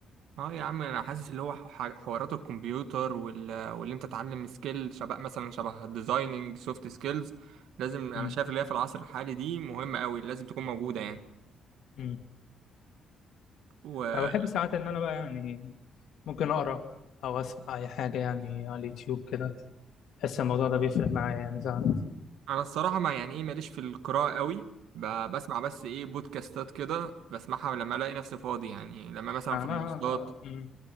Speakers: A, on the right; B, on the left.
A: اه يا عم انا حاسس اللي هو ح- حوارات الكمبيوتر وال... واللي انت تتعلم سكيل شبه مثلا شبه الديزايننج سوفت سكيلز لازم انا
B: مم.
A: شايف اللي هي في العصر الحالي دي مهمة قوي لازم تكون موجودة يعني
B: مم.
A: وانا
B: انا بحب ساعات ان انا بقى يعني ممكن اقرا او اسمع اي حاجه يعني على اليوتيوب كده بحس الموضوع ده بيفرق معايا يعني ساعات
A: الصراحة ما يعني ايه ماليش في القراءة قوي ب... بسمع بس ايه بودكاستات كده بسمعها لما الاقي نفسي فاضي يعني لما مثلا
B: انا
A: في المواصلات
B: مم.